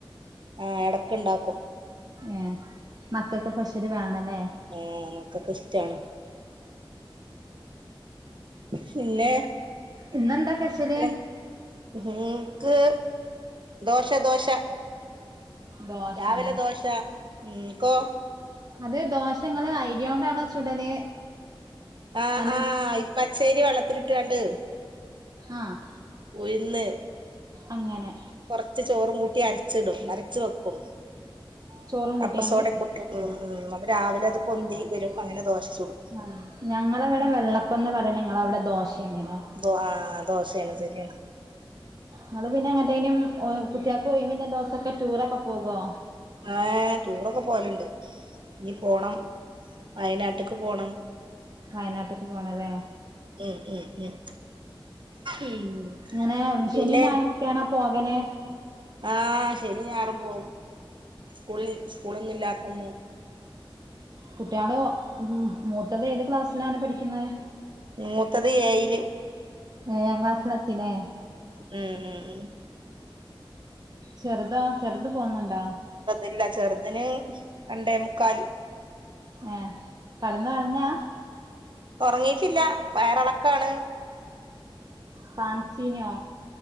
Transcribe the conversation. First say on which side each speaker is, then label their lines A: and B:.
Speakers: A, on the right; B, on the right.
A: ആ എടയ്ക്ക്ണ്ടാക്കും.
B: ഏ മക്കക്ക് സ്പെഷ്യല് വേണല്ലേ?
A: ആ മക്കക്ക് ഇഷ്ട്ടാണ്. പിന്നേ,
B: ഇന്നെന്താ ഫെഷ്യല്
A: ഞങ്ങക്ക് ദോശ ദോശ.
B: ദോശല്ലേ
A: രാവിലെ ദോശ, നിങ്ങക്കോ?
B: അത് ദോശ ങ്ങള് ഐഡ്യാ കൊണ്ടാണോ ചുടല്
A: ആ
B: അല്ലെ
A: ആ ഈ പച്ചരി വെള്ളത്തിലിട്ടാണ്ട്
B: ആ
A: ഇവിടില്ല.
B: അങ്ങനെ.
A: കൊറച്ച് ചോറും കൂട്ടി അരച്ചിടും, അരച്ച്‌ വെക്കും.
B: ചോറും കൂട്ടിയാണ്ട്
A: അപ്പസോഡാപ്പൊടി
B: അരച്ച് വെക്കും
A: ഉം ഉം അപ്പൊ രാവിലെ അത് പൊന്തി വരും അങ്ങനെ ദോശ ചുടും.
B: ആ ഞങ്ങളവിടെ വെള്ളപ്പംന്ന് പറയും നിങ്ങളവിടെ ദോശേന്നാണോ?
A: ദോ ദോശേണ് <unintelligible>
B: നിങ്ങള് പിന്നെ എങ്ങട്ടേനും എ കുട്ടികൾക്കൊഴിവിന്റെ ദിവസൊക്കെ ടൂറൊക്കെ പോക്വോ?
A: ആ ടൂറൊക്കെ പോവലുണ്ട് ഇനി പോണം വയനാട്ടക്ക് പോണം.
B: വയനാട്ട്ക്ക് പോണല്ലേ?
A: ഉം ഉം ഉം ഉം
B: എങ്ങനേ
A: പിന്നെ
B: ശനി ഞായറൊക്കെയാണോ പോകല്?
A: ആ ശനീം ഞായറും പോവും സ്കൂളിൽ സ്കൂളൊന്നും ഇല്ലാത്തന്നു.
B: കുട്ട്യാള് മ് മൂത്തത് ഏത് ക്ലാസ്സിലാണ് പഠിക്കുന്നേ?
A: മൂത്തത് ഏയില്.
B: ഏഴാം ക്‌ളാസിലെത്തീലെ?
A: ഉം ഉം ഉം
B: ചെറുതോ ചെറുത് പോന്നൊണ്ടോ?
A: ഇല്ല ചെറുതിന് രണ്ടേമുക്കാല്
B: ഏ കെടന്നൂറങ്ങുവാ?
A: ഉറങ്ങീയിട്ടില്ല വയറെളക്കാണ്.
B: കാമിച്ചീനോ?